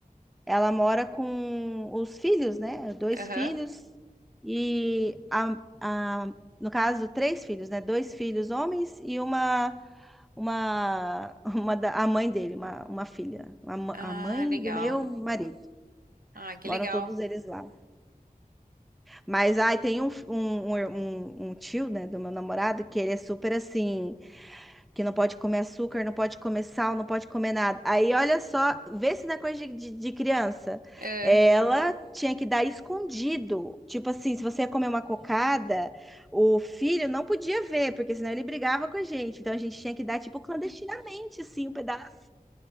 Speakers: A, in the centre; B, on the right.
A: Ela mora com os filhos, né? Dois
B: Aham.
A: filhos. E, a, a, no caso, três filhos, né? Dois filhos homens e uma, uma, <laughs> uma da, a mãe dele, uma, uma filha. A, ma-
B: Ah,
A: a mãe
B: legal.
A: do meu marido.
B: Ah, que
A: Moram
B: legal.
A: todos eles lá. Mas ai, tem um, um, um, er, um um tio, né, do meu namorado, que ele é super assim, que não pode comer açúcar, não pode comer sal, não pode comer nada. Aí olha só, vê se na coisa de, de- de criança.
B: É.
A: Ela tinha que dar escondido. Tipo assim, se você ia comer uma cocada, o filho não podia ver, porque senão ele brigava com a gente. Então a gente tinha que dar, tipo, clandestinamente, assim, o pedaço.